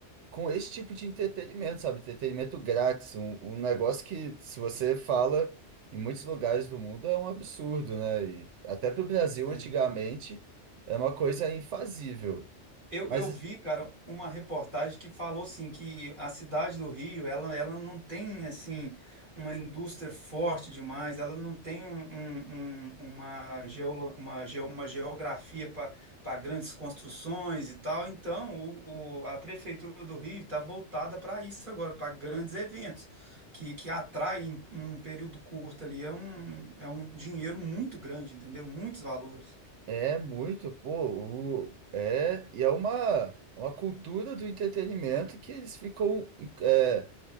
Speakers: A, on the right (about 75°); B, on the right (about 45°).
A: com esse tipo de entretenimento, sabe? Entretenimento grátis, um, um negócio que, se você fala em muitos lugares do mundo, é um absurdo, né? E até para o Brasil,
B: É.
A: antigamente, era uma coisa infazível.
B: Eu,
A: Mas
B: eu vi, cara, uma reportagem que falou assim que a cidade do Rio, ela, ela não tem assim uma indústria forte demais, ela não tem um- um- um- uma, geolo, uma, geo- uma geografia para grandes construções e tal. Então, o- o- a prefeitura do Rio está voltada para isso agora, para grandes eventos que, que atraem em um período curto ali. É um, é um dinheiro muito grande, entendeu? Muitos valores.
A: É muito, pô, o- é, e é uma, é uma cultura do entretenimento que eles ficam, é,